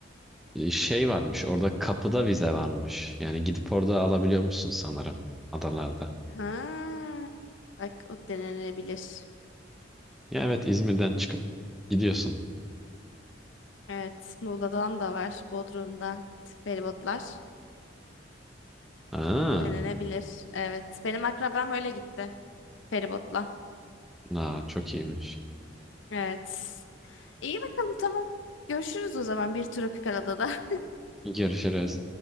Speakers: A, in the centre; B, on the left.
A: E, Şey varmış orada kapıda vize varmış. Yani gidip orada alabiliyor musun sanırım adalarda.
B: Ha, bak o denenebilir.
A: Ya evet İzmir'den çıkıp gidiyorsun.
B: Evet Muğla'dan da var. Bodrum'da feribotlar
A: Aa,
B: denenebilir. Evet benim akrabam öyle gitti feribotla.
A: aa çok iyiymiş.
B: Evet. İyi bakalım tamam. Görüşürüz o zaman bir tropikal adada.
A: Görüşürüz.